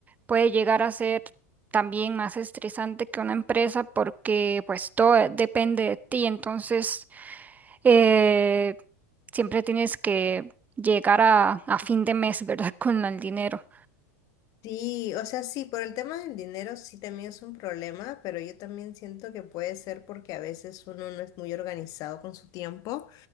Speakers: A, on the right (about 20°); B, on the left (about 45°).
A: puede llegar a ser también más estresante que una empresa porque pues todo depende de ti. Entonces eh, siempre tienes que llegar a, a fin de mes, ¿verdad? <laughs> Con el dinero.
B: Sí, o sea, sí, por el tema del dinero sí también es un problema, pero yo también siento que puede ser porque a veces uno no es muy organizado con su tiempo.